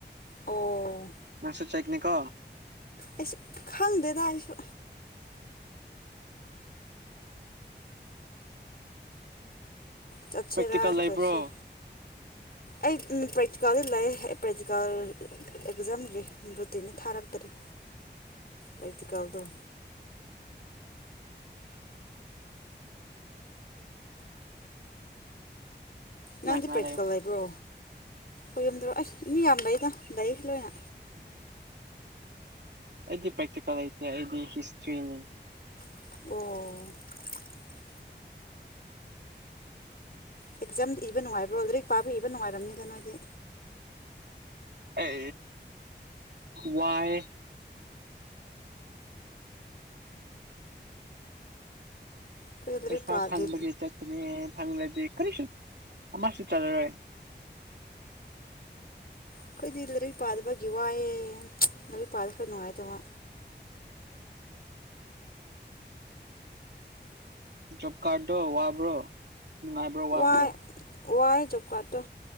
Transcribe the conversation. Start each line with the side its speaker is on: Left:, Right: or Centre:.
Left: ꯑꯣ
Right: ꯅꯪꯁꯨ ꯆꯠꯀꯅꯤꯀꯣ
Left: ꯑꯩꯁꯨ ꯈꯪꯗꯦꯗ ꯑꯩꯁꯨ ꯆꯠꯁꯤꯔꯥ
Right: ꯄ꯭ꯔꯦꯛꯇꯤꯀꯜ
Left: ꯆꯠꯂꯣꯏꯁꯤꯔꯥ
Right: ꯂꯩꯕ꯭ꯔꯣ
Left: ꯑꯩ ꯄ꯭ꯔꯦꯛꯇꯤꯀꯜꯗꯤ ꯂꯩ ꯄ꯭ꯔꯦꯛꯇꯤꯀꯜ ꯑꯦꯛꯖꯥꯝꯒꯤ ꯔꯨꯇꯤꯅꯤ ꯊꯥꯔꯛꯇꯥꯔꯤ ꯄ꯭ꯔꯦꯛꯇꯤꯀꯦꯜꯗꯣ
Right: ꯀꯅꯥ
Left: ꯅꯪꯗꯤ
Right: ꯀꯅꯥ
Left: ꯄ꯭ꯔꯦꯛꯇꯤꯀꯜ ꯂꯩꯕ꯭ꯔꯣ ꯍꯣꯏ ꯌꯨꯝꯗꯥ ꯔꯣ ꯑꯩꯁ ꯃꯤ ꯌꯥꯝ ꯂꯩꯩꯗ ꯂꯩ ꯂꯣꯏꯅ
Right: ꯑꯩꯗꯤ ꯄ꯭ꯔꯦꯛꯇꯤꯀꯦꯜ ꯂꯩꯇꯦ ꯑꯩꯗꯤ ꯍꯤꯁꯇ꯭ꯔꯤꯅꯤ
Left: ꯑꯣ ꯑꯦꯛꯖꯥꯝ ꯏꯕ ꯅꯨꯡꯉꯥꯏꯕ꯭ꯔꯣ ꯂꯩꯔꯤꯛ ꯄꯥꯕ ꯏꯕ ꯅꯨꯡꯉꯥꯏꯔꯝꯅꯤꯗ ꯅꯣꯏꯗꯤ
Right: ꯑꯦ ꯋꯥꯌꯦ
Left: ꯑꯩꯈꯣꯏꯗꯤ ꯂꯥꯏꯔꯤꯛ
Right: ꯄꯩꯁꯥ
Left: ꯄꯥꯗꯤ
Right: ꯐꯪꯕꯒꯤ ꯆꯠꯄꯅꯦ ꯐꯪꯂꯗꯤ ꯀꯔꯤꯁꯨ ꯑꯃꯁꯨ ꯆꯥꯔꯔꯣꯏ
Left: ꯑꯩꯈꯣꯏꯗꯤ ꯂꯥꯏꯔꯤꯛ ꯄꯥꯗꯕꯒꯤ ꯋꯥꯏꯑꯦ ꯂꯥꯏꯔꯤꯛ ꯄꯥ ꯈꯔ ꯅꯨꯡꯉꯥꯏꯗꯧꯕ
Right: ꯖꯣꯕ ꯀꯥ ꯗꯣ ꯋꯥꯕ꯭ꯔꯣ ꯅꯨꯡꯉꯥꯏꯕ꯭ꯔꯣ ꯋꯥꯕ꯭ꯔꯣ
Left: ꯋꯥꯏ ꯋꯥꯏ ꯖꯣꯕ ꯀꯥꯔꯠꯇꯣ